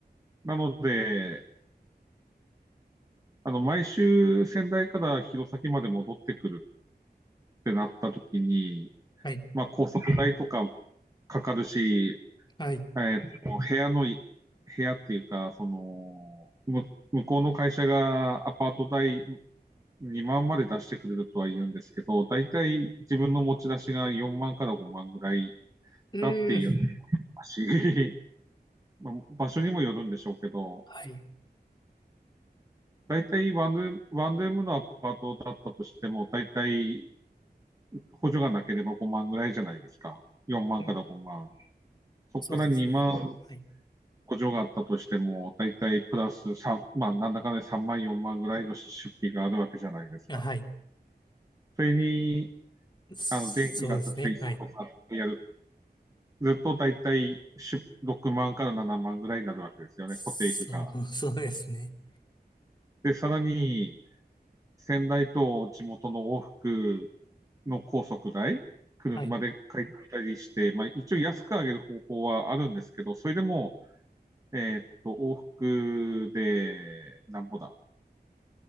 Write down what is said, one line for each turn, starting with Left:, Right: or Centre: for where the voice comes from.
Right: なので、あの、毎週仙台から弘前まで戻ってくるってなった時に、
Left: はい、
Right: まあ、高速代とかかかるし、
Left: はい。
Right: えーと、部屋のい、部屋っていうか、その、む向こうの会社がアパート代2万まで出してくれるとは言うんですけど、大体自分の持ち出しが4万から5万ぐらい
Left: うーん、
Right: だって言ってますし、<laughs> まあ場所にもよるんでしょうけど、
Left: はい、
Right: 大体ワンルーム、ワンルームのアパートだったとしても、大体補助がなければ5万ぐらいじゃないですか。4万から5万。
Left: うん、
Right: そこから2万
Left: そうですね。はい、
Right: 補助があったとしても、大体プラス3、まあ、なんだかね3万、4万ぐらいの出費があるわけじゃないですか。
Left: あはい、
Right: それに、
Left: そうですね。
Right: あの、電気ガス、水道とかやる
Left: はい。
Right: ずっとだいたい6万から7万ぐらいになるわけですよね、
Left: そう、
Right: 固定費が。
Left: <laughs> そうですね。
Right: で、さらに、仙台と地元の往復の高速代、車で借りたりして、
Left: はい。
Right: まあ、一応安く上げる方法はあるんですけど、それでも、えーっと、往復で、なんぼだ、